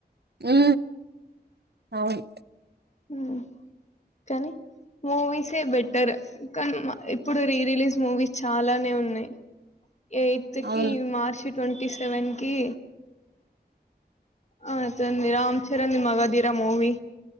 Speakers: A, on the right; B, on the left.
A: ఉ అవును
B: ఉ కానీ మూవీసే బె టర్ కానీ ఇప్పుడు రీ రిలీజ్ మూవీస్ చాలానే ఉన్నాయి ఎయిత్
A: అవును
B: కి మార్చి ట్వంటీ సెవెన్ కి ఆ అతని the Ram Charan the Magadheera movie